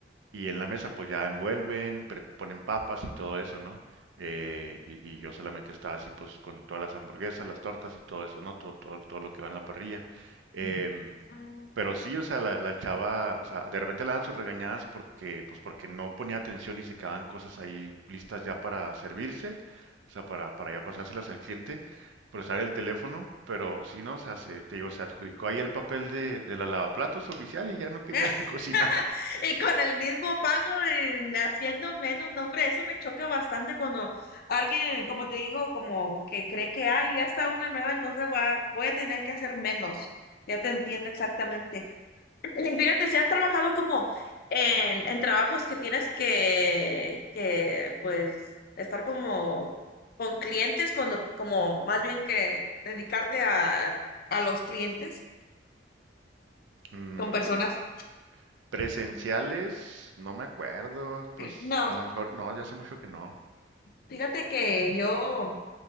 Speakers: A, on the right; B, on the left.
A: y en la mesa pues ya envuelven, pre- ponen papas y todo eso, ¿no? Eh, y, y yo solamente estaba así pues con todas las hamburguesas, las tortas y todo eso, ¿no? Todo, todo, todo lo que va en la parrilla. Em,
B: ujú. Mm.
A: pero sí, o sea, la, la chava, o sea, de repente le dan sus regañadas porque, pues porque no ponía atención y se quedaban cosas ahí listas ya para servirse, o sea, para, para ya pasárselas al cliente, pero estar el teléfono, pero sí, ¿no? O sea, se, te digo, se adjudicó ahí el papel de, de la lavaplatos oficial y ya no quería
B: <laughs>
A: <laughs> cocinar.
B: Y con el mismo pago, en- haciendo menos, no, hombre, eso me choca bastante cuando alguien, como te digo, como que cree que, ay, ya está una nueva, entonces voy a, voy a tener que hacer menos. Ya te entiendo exactamente. <clears throat> Y fíjate, si has trabajado como en, en trabajos que tienes que, que, pues, estar como con clientes, cuando, como más bien que dedicarte a, a los clientes,
A: Mm,
B: con personas.
A: Presenciales, no me acuerdo, pues
B: No,
A: a lo mejor no, ya hace mucho que no.
B: fíjate que yo...